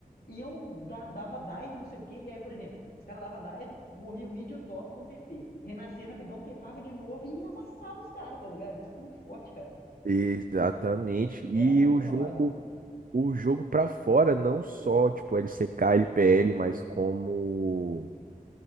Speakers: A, on the left; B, on the right.
A: iam, da, dava dive, não sei o quê. E aí, por exemplo, os caras dava dive, morria o mid e o top com TP. Renascia rapidão, tepava de novo e amassava os caras, tá ligado? Era muito forte, cara.
B: Exatamente. E
A: Era muito
B: o
A: roubado.
B: jogo, o jogo para fora, não só, tipo, LCK, LPL, mas como.